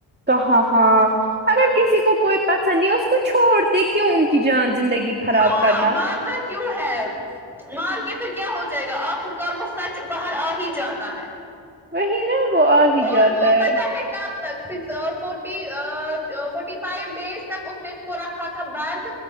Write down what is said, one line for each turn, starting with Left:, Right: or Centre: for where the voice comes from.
Right: کہاں ہاں اگر کسی کو کوئی پسند نہیں اس کو چھوڑ د کیوں ان کی جان زندگی خراب
Centre: ہاں
Right: کرنا
Centre: مارنا کیوں ہے مار کے پھر کیا ہو جائے گا آخر کار وہ سچ باہر آ ہی جاتا ہے
Right: وہی نا وہ آ ہی
Centre: اور
Right: جاتا
Centre: وہ پتہ
Right: ہے
Centre: کب تک six forty forty five days تک اس نے اس کو رکھا تھا بند